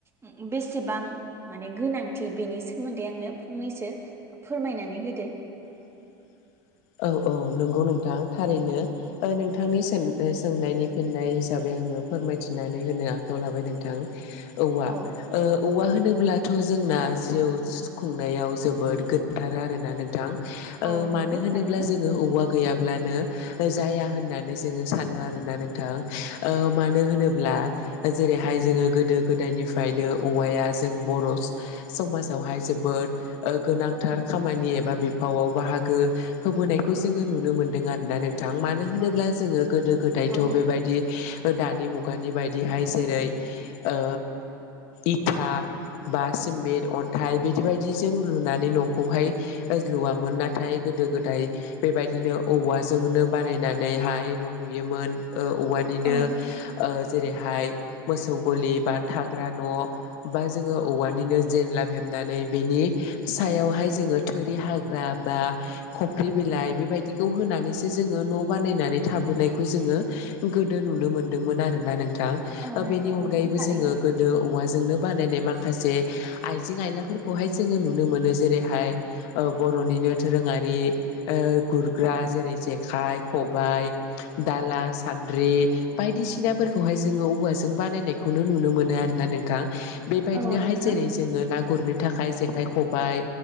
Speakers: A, on the right (about 20°); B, on the left (about 60°).
A: ओ बेसेबां माने गोनांथि बेनि सोमोन्दै आंनो फंनैसो फोरमायनानै होदो ।
B: <inaudible> औ औ नंगौ नोंथां थारैनो ओ नोंथांनि सों ओ सोंनायनि फिननाय हिसाबै आङो फोरमायथिनानै होनो आखायाव लाबाय नोंथां औवा
A: औ
B: ओ औवा होनोब्ला थ' जोंना जिउ खुंनायाव जोबोद गोनांथार आरोना नोंथां । ओ
A: औ
B: मानो
A: नंगौ
B: होनोब्ला
A: थारैनो
B: जोङो औवा गैया ब्लानो जाया होननानै जोङो सानो आरोना नोंथां ओ मानो होनोब्ला जेरैहाय जोङो गोदो गोदायनिफ्रायनो औवाया जों बर समाजावहाय जोब बोद ओ गोनांथार खामानि एबा बिफावआव बाहागो होबोनायखौ जोङो नुनो मोन्दों आरो ना नोंथां मानो होनोब्ला जोङो गोदो गोदायथ'बेबायदि
A: औ
B: ओ दानि मुगानि बायदिहाय जेरै ओ इथा बा सिमिट अन्थाइ बिदि बायदिजों लुनानै नखौहाय ओ लुवामोन नाथाय गोदो गोद दाय बेबायदिनो औवाजोंनो बानायनानैहाय न लुयोमोन । ओ औवानिनो
A: औ
B: ओ जेरैहाय मोसौ गलि बा थाग्रा न' बा जोङो औवानिनो जेनलाब हेबनानै बेनि सायावहाय जोङो थोरि हाग्रा बा खफ्रि बिलाइ बेबायदिखौ होनानैसो जोङो न' बानायनानै थाबोनायखौ जोङो गोदो नुनो मोनदोंमोन आरोना नोंथा
A: औ
B: बेनि
A: नंगौ
B: अनायैबो
A: नोंथां थारैनो
B: जोङो गोदो औवा जोंनो बानायनाय मा माखासे आइजें आयलाफोरखौहाय जोङो नुनो मोनो जेरैहाय ओ बर'निनो दोरोङा रि ओ गुरग्रा जेरै जेखाय खबाय दाला सानद्रि बायदिसिनाफोरखौहाय जोङो औवाजों बानायनायखौनो नुनो मोनो आरोना नोंथां । बेबायदिनोहाय
A: औ नोंथां
B: जेरै जोङो ना गुरनो थाखाय जेखाइ खबाय